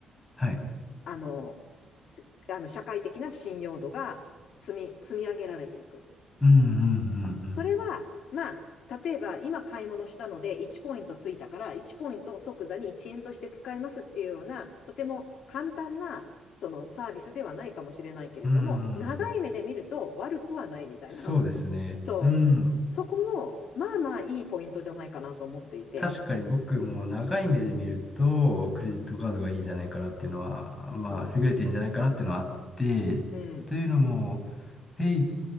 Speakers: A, on the left (about 15°); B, on the left (about 65°).
A: はい。
B: あの、すあの社会的な信用度が積み、積み上げられていく。
A: うんうんうん
B: それは、まあ、例えば今買い物したので1ポイントついたから1ポイントを即座に1円として使えますっていうような、とても簡単なそのサービスではないかもしれないけれども、
A: うん。
B: 長い目で見ると悪くはないみたいな。
A: うーん。そうですね。
B: <laughs> そう。
A: うん。
B: そこも、まあまあいいポイントじゃないかなと思っていて。
A: 確かに僕も長い目で見ると、クレジットカードがいいんじゃないかなっていうのは、
B: うん。
A: まあ、
B: そ
A: 優れてんじゃないかなっていうのはあって、
B: う。うん。
A: というのも、ペイ